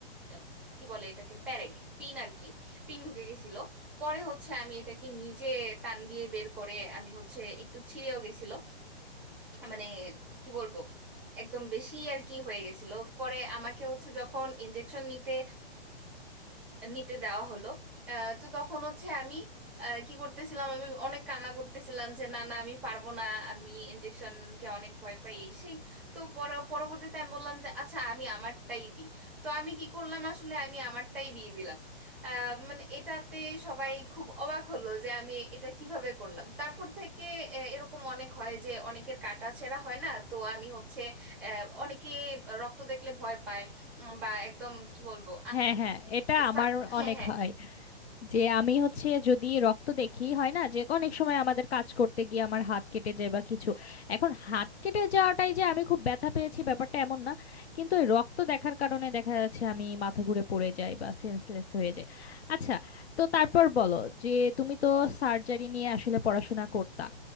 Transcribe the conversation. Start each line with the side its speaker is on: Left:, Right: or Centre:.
Centre: আহ, কি বলে এটাকে প্যারেগ পিন আর কি পিন ঢুকে গেছিল পরে হচ্ছে আমি এটাকে নিজে টান দিয়ে বের করে আমি হচ্ছে একটু ছিঁড়েও গেছিল মানে কি বলবো একদম বেশি আর কি হয়ে গেছিল পরে আমাকে হচ্ছে যখন ইনজেকশন নিতে নিতে দেওয়া হলো আহ, তো তখন হচ্ছে আমি আহ, কি করতেছিলাম আমি অনেক কান্না করতেছিলাম যে না না আমি পারবো না আমি ইনজেকশনকে অনেক ভয় পাই এই সেই তো পর- পরবর্তীতে আমি বললাম যে আচ্ছা আমি আমারটাই দিই তো আমি কি করলাম আসলে আমি আমারটাই দিয়ে দিলাম আহ, মানে এটাতে সবাই খুব অবাক হলো যে আমি এটা কিভাবে করলাম তারপর থেকে আহ, এরকম অনেক হয় যে অনেকের কাটা ছেঁড়া হয় না তো আমি হচ্ছে আহ, অনেকে রক্ত দেখলে ভয় পায় উম, বা একদম কি বলবো
Left: হ্যাঁ হ্যাঁ এটা আমার
Centre: সাব- হ্যাঁ
Left: অনেক
Centre: হ্যাঁ
Left: হয় যে আমি হচ্ছে যদি রক্ত দেখি হয় না যে অনেক সময় আমাদের কাজ করতে গিয়ে আমার হাত কেটে যায় বা কিছু এখন হাত কেটে যাওয়াটাই যে আমি খুব ব্যথা পেয়েছি ব্যাপারটা এমন না কিন্তু ওই রক্ত দেখার কারণে দেখা যাচ্ছে আমি মাথা ঘুরে পড়ে যাই বা সেন্সলেস হয়ে যাই আচ্ছা তো তারপর বলো যে তুমি তো সার্জারি নিয়ে আসলে পড়াশোনা করতা